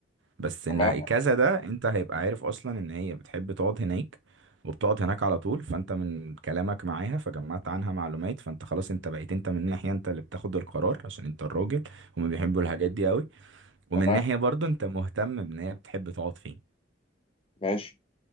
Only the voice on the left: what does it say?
تمام
تمام
ماشي